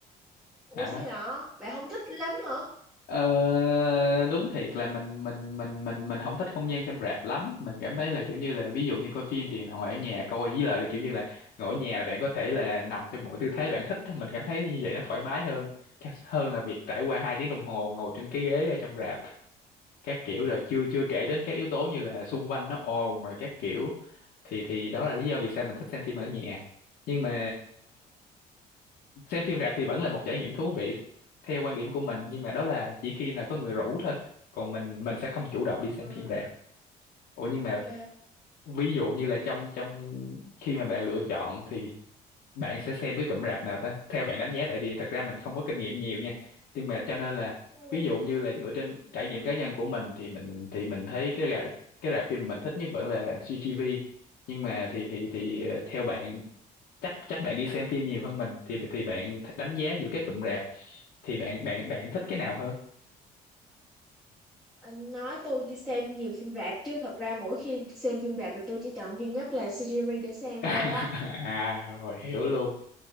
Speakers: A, in the centre; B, on the left (about 70°).
A: ủa
B: đó
A: sao nhỏ bạn không thích lắm hả
B: Ờ, đúng thiệt là mình mình mình mình mình không thích không gian trong rạp lắm mình cảm thấy là kiểu như là ví dụ như coi phim thì ngồi ở nhà coi với lại là kiểu như là ngồi ở nhà là bạn có thể là nằm trong mọi tư thế bạn thích á. mình cảm thấy như vậy nó thoải mái hơn hơn là việc trải qua hai tiếng đồng hồ ngồi trên cái ghế ở trong rạp các kiểu rồi chưa chưa kể đến các yếu tố như là xung quanh nó ồn rồi các kiểu thì thì đó là lý do vì sao mình thích xem phim ở nhà nhưng mà xem phim rạp thì vẫn là một trải nghiệm thú vị theo quan điểm của mình nhưng mà đó là chỉ khi nào có người rủ thôi còn mình mình sẽ không chủ động đi xem
A: ừ.
B: phim rạp ủa nhưng
A: ok
B: mà ví dụ như là trong trong khi mà bạn lựa chọn thì bạn sẽ xem cái cụm rạp nào ta theo bạn đánh giá tại vì thật ra mình không có kinh nghiệm nhiều nha nhưng mà cho nên là
A: ừ.
B: ví dụ như là dựa trên trải nghiệm cá nhân của mình thì mình thì mình thấy cái rạp cái rạp phim mình thích nhất vẫn là CGV nhưng mà thì thì thì ờ, theo bạn chắc chắc bạn đi xem phim nhiều hơn mình thì thì bạn th- đánh giá giữa các cụm rạp thì bạn bạn bạn thích cái nào hơn
A: anh nói tôi đi xem nhiều phim rạp chứ thật ra mỗi khi xem phim rạp thì tôi chỉ chọn duy nhất là series để xem
B: <laughs>
A: thôi á
B: à rồi hiểu luôn